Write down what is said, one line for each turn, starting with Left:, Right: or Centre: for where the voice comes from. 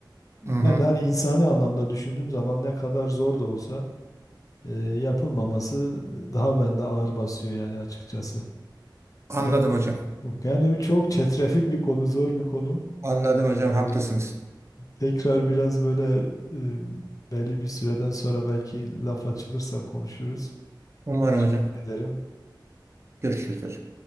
Left: ben
Right: hı hı.
Left: de hani insani anlamda düşündüğüm zaman ne kadar zor da olsa e, yapılmaması daha bende ağır basıyor yani açıkçası. <laughs>
Right: Anladım
Left: Evet,
Right: hocam.
Left: bu- yani çok çetrefil bir konu, zor bir konu.
Right: Anladım hocam
Left: E,
Right: haklısınız.
Left: Tekrar biraz böyle e, belli bir süreden sonra belki laf açılırsa konuşuruz.
Right: Umarım
Left: Teşekkür
Right: hocam.
Left: ederim.
Right: Görüşürüz hocam.